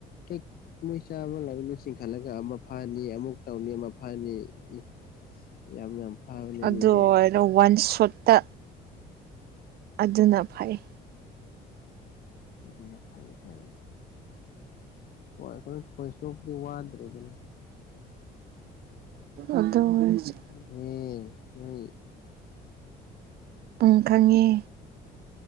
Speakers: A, on the left (about 60°); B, on the right (about 65°).
A: ꯍꯦꯛ ꯅꯣꯏ ꯆꯥꯕ ꯂꯪꯗꯣ ꯆꯤꯡꯈꯠꯂꯒ ꯑꯃ ꯐꯥꯅꯤ ꯑꯃꯨꯛ ꯇꯧꯅꯤ ꯑꯃ ꯐꯥꯅꯤ ꯑꯦ ꯌꯥꯝ ꯌꯥꯝ ꯐꯥꯕꯅꯦ
B: ꯑꯗꯨ
A: ꯃꯤꯗꯤ
B: ꯑꯣꯏꯔꯣ ꯋꯥꯟ ꯁꯣꯠꯇ ꯑꯗꯨꯅ ꯐꯩ
A: ꯑꯗꯨꯅ ꯐꯩ ꯀꯥꯏꯅ ꯍꯣꯏ ꯈꯣꯏ ꯆꯣꯞꯄꯗꯤ ꯋꯥꯗ꯭ꯔꯦꯗꯅꯥ
B: ꯑꯗꯨ ꯑꯣꯏꯔꯁꯨ
A: ꯍꯦ ꯅꯣꯏ
B: ꯄꯨꯡ ꯈꯪꯉꯦ